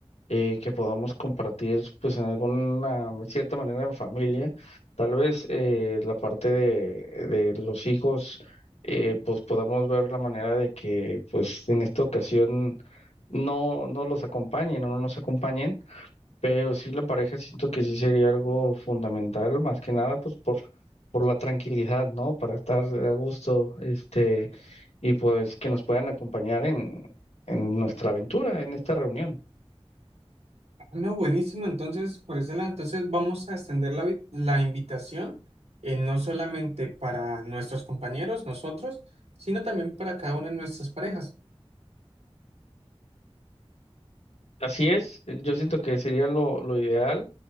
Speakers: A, on the left; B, on the right.
A: eh, que podamos compartir pues en alguna cierta manera en familia. Tal vez eh, la parte de, de los hijos eh, pues podamos ver la manera de que pues en esta ocasión no, no los acompañen o no nos acompañen pero sí, la pareja siento que sí sería algo fundamental, más que nada, pues por, por la tranquilidad, ¿no? Para estar a gusto, este, y pues que nos puedan acompañar en, en nuestra aventura, en esta reunión.
B: Ah, No, buenísimo. Entonces, por ese lado, entonces vamos a extender la, vi- la invitación, eh, no solamente para nuestros compañeros, nosotros, sino también para cada una de nuestras parejas.
A: Así es, yo siento que sería lo, lo ideal.